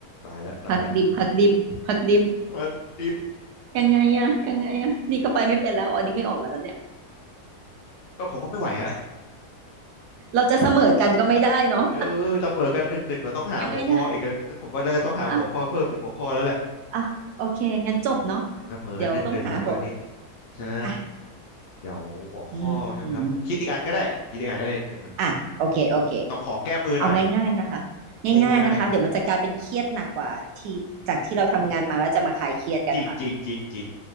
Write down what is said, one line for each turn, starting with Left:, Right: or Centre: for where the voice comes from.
Left: ตายแล้วตายแล้ว
Right: ผักดิบผักดิบผักดิบ
Left: เออดี
Right: ยังไงอะยังไงอะนี่ก็ไปไม่เป็นแล้วอ๋อนี่ไม่ออกแล้วนะเนี่ย
Left: ก็ผมว่าไม่ไหวอะ
Right: เราจะเสมอกันก็ไม่ได้เนาะ
Left: เออเสมอกันหนึ่งหนึ่งเราต้องหาหัวข้ออีกอะผมว่าเราจะต้องหาหัวข้อเพิ่มอีกหัวข้อแล้วแหละ
Right: ยังไงเนี่ยอ่ะอ่ะโอเคงั้นจบเนาะ
Left: เสมอกันหนึ่งหนึ่งครับตอนนี้
Right: เดี๋ยวต้องหาหัวอ
Left: ใช่
Right: อ่ะ
Left: เดี๋ยวหัวข้อใช่ไหมครับผมคิดอีกอันก็ได้ผมคิดอีกอันก็ได้แต่ผม
Right: อืมอ่ะโอเคโอเค
Left: ผมต้องขอแก้มือหน่อย
Right: เอาง่ายๆนะคะง่ายๆนะคะเดี๋ยวมันจะกลายเป็นเครียดหนักกว่าที่จากที่เราทำงานมาแล้วจะมาคลายเครียดกันค่ะ
Left: ง่ายๆ <laughs> จริงจริงจริงจริง